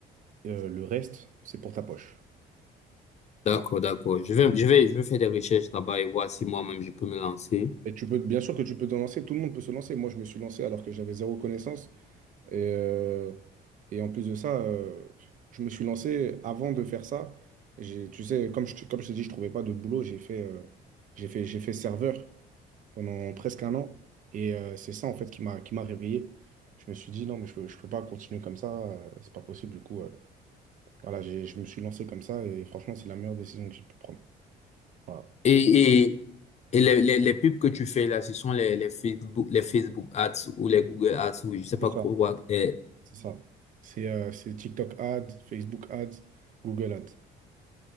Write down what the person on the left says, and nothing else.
D'accord,
d'accord. Je vais, je vais, je vais faire des recherches là-bas et voir si moi-même je peux me lancer.
Et, et, et les, les, les pubs que tu fais là, ce sont les, les Facebook, les Facebook Ads ou les Google Ads ou je sais pas
quoi.
Et,